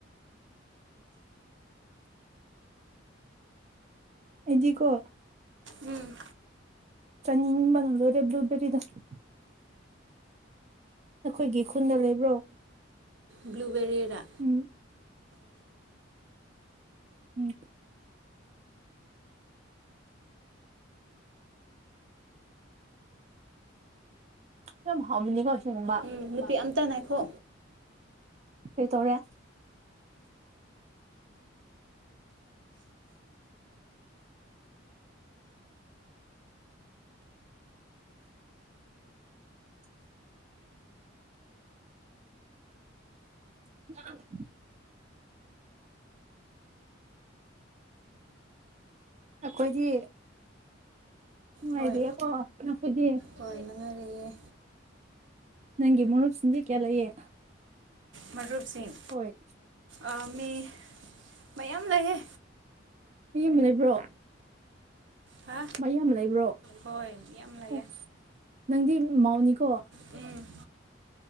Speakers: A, on the right; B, on the right.
A: ꯑꯩ ꯗꯤꯀꯣ
B: ꯎꯝ
A: ꯆꯅꯤꯡ ꯕꯅ ꯂ‌ꯣꯏꯔ‌ꯦ ꯕ꯭ꯂꯨꯕ‌ꯦꯔꯤꯙ‌ꯣ ꯅꯈꯣꯏꯒꯤ ꯈꯨꯟꯗ ꯂꯩꯕ꯭ꯔꯣ
B: ꯕ꯭ꯂꯨꯕꯦꯔꯤꯔ
A: ꯎꯝ ꯎꯝ ꯌꯥꯝ ꯍꯥꯎꯃꯅꯤ ꯀꯣ ꯑꯁ‌ꯦꯡꯕ
B: ꯎꯝ ꯅꯨꯄꯤ ꯑꯝꯇ ꯅꯥꯏꯈꯣ
A: ꯀꯩꯇꯧꯔꯦ <unintelligible> ꯑꯩꯈꯣꯏꯗꯤ ꯅꯨꯡꯉꯥꯏꯔꯤꯑꯦ
B: ꯍꯣꯏ
A: ꯀꯣ ꯅꯈꯣꯏꯗꯤ
B: ꯍꯣꯏ ꯅꯨꯡꯉꯥꯏꯔꯤꯑꯦ
A: ꯅꯪꯒꯤ ꯃꯔꯨꯞꯁꯤꯡꯗꯤ ꯀꯌꯥ ꯂꯩꯌꯦ
B: ꯃꯔꯨꯞꯁꯤꯡ
A: ꯍꯣꯏ
B: ꯑꯥ ꯃꯤ ꯃꯌꯥꯝ ꯂꯩꯌꯦ
A: ꯃꯤꯌꯥꯝꯅ ꯂꯩꯕ꯭ꯔꯣ
B: ꯍꯥ
A: ꯃꯌꯥꯝ ꯂꯩꯕ꯭ꯔꯣ
B: ꯍꯣꯏ ꯌꯥꯝ ꯂꯩꯌꯦ
A: ꯑꯣ ꯅꯪꯗꯤ ꯃꯧꯅꯤꯀꯣ
B: ꯎꯝ